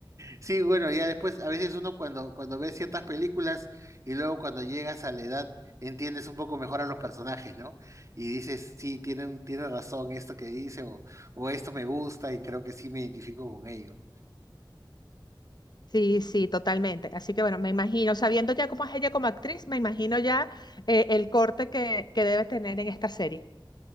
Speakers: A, on the right (about 40°); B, on the left (about 60°).
A: Sí, bueno, ya después, a veces uno cuando, cuando ve ciertas películas y luego cuando llegas a la edad, entiendes un poco mejor a los personajes, ¿no? Y dices, sí, tienen, tiene razón esto que dice o, o esto me gusta y creo que sí me identifico con ello.
B: Sí, sí, totalmente. Así que bueno, me imagino, sabiendo ya cómo es ella como actriz, me imagino ya eh, el corte que, que debe tener en esta serie.